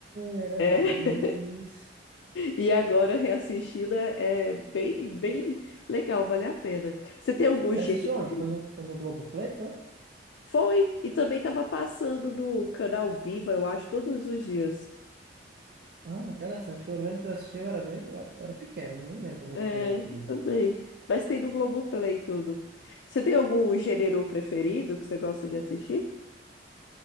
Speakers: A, on the right; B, on the left.
A: era
B: É.
A: disso.
B: E agora reassistindo é é bem, bem legal, vale a pena. Você tem algum
A: Você
B: jeito?
A: assistiu onde? Foi no, foi no Globoplay, foi?
B: Foi. E também tava passando no canal Viva, eu acho, todos os dias.
A: Ah, interessante. Eu lembro que eu assisti, eu era bem, eu era pequeno, não lembro muito
B: É,
A: bem do que.
B: também. Mas tem no Globoplay tudo. Você tem algum gênero preferido que você gosta de assistir?